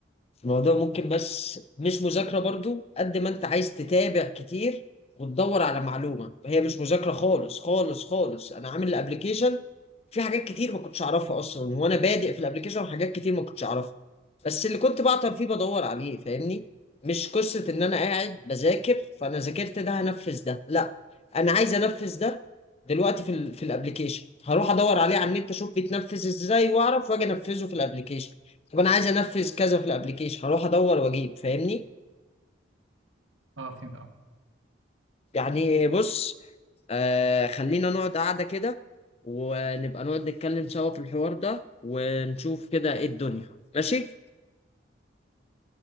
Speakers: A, on the left; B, on the right.
A: الموضوع ممكن بس مش مذاكرة برضو قد ما انت عايز تتابع كتير وتدور على معلومة هي مش مذاكرة خالص خالص خالص انا عامل الابليكيشن في حاجات كتير ما كنتش اعرفها اصلا وانا بادئ في الابليكيشن حاجات كتير ما كنتش اعرفها بس اللي كنت بعطل فيه بدور عليه فاهمني مش قصة ان انا قاعد بذاكر فانا ذاكرت ده هنفذ ده لا انا عايز انفذ ده دلوقتي في ال في الابليكيشن هروح ادور عليه على النت اشوف بيتنفذ ازاي واعرف واجي انفذه في الابليكيشن طب انا عايز انفذ كذا في الابليكيشن هروح ادور واجيب فاهمني
B: اه فهمت اه
A: يعني بص آه خلينا نقعد قعده كده ونبقى نقعد نتكلم سوا في الحوار ده ونشوف كده ايه الدنيا ماشي